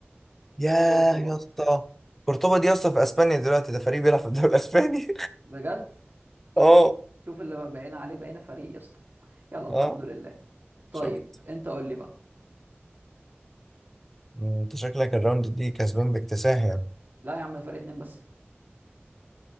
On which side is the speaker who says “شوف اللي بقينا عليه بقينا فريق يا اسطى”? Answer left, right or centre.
Right